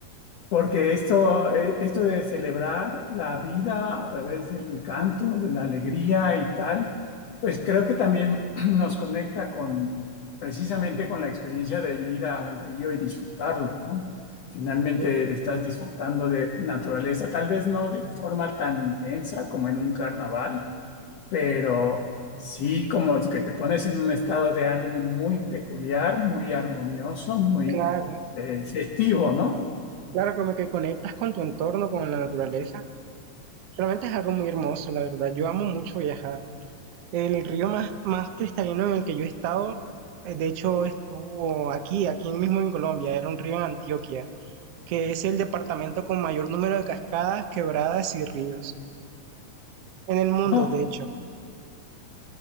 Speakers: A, on the left (about 60°); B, on the right (about 70°).
A: Porque esto, eh, esto de celebrar la vida a través del canto, de la alegría y tal, pues creo que también <clears throat> nos conecta con precisamente con la experiencia de ir a un río y disfrutarlo, ¿no? Finalmente
B: Eh,
A: estás disfrutando de naturaleza, tal vez no de forma tan intensa como en un carnaval, pero sí como que te pones en un estado de ánimo muy peculiar, muy armonioso, muy
B: claro,
A: eh, festivo, ¿no?
B: claro, como que conectas con tu entorno, con la naturaleza. Realmente es algo muy hermoso, la verdad. Yo amo mucho viajar. El río más, más cristalino en el que yo he estado, eh, de hecho, estuvo aquí, aquí mismo en Colombia, era un río en Antioquia, que es el departamento con mayor número de cascadas, quebradas y ríos en el mundo,
A: <laughs>
B: de hecho.